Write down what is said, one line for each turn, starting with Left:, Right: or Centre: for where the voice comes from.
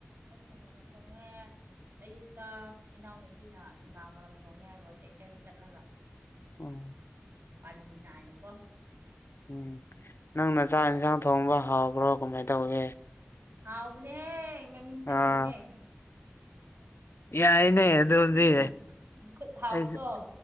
Right: ꯑꯩꯅ ꯑꯣ ꯊꯣꯡꯉꯦ ꯑꯌꯨꯛꯇ ꯏꯅꯥꯎꯅꯨꯄꯤꯅ ꯅꯨꯡꯗꯥꯡ ꯋꯥꯏꯔꯝ ꯊꯣꯡꯉꯦ ꯔꯣ ꯇꯇꯦꯁꯟ ꯆꯠꯂꯒ
Left: ꯎꯝ
Right: ꯄꯥꯂꯤꯅ ꯍꯥꯏꯅꯀꯣ
Left: ꯎꯝ ꯅꯪꯅ ꯆꯥꯛ ꯌꯦꯟꯁꯥꯡ ꯊꯣꯡꯕ ꯍꯥꯎꯕ꯭ꯔꯣ ꯀꯃꯥꯏ ꯇꯧꯒꯦ
Right: ꯍꯥꯎꯕꯅꯦꯍꯦ ꯃꯃꯤꯡ ꯆꯠꯂꯤꯕꯅꯦ
Left: ꯑꯥ ꯌꯥꯏꯅꯦ ꯑꯗꯨꯗꯤ
Right: ꯎꯝ ꯈꯨꯠ ꯍꯥꯎꯕꯗꯣ
Left: ꯑꯩꯁꯨ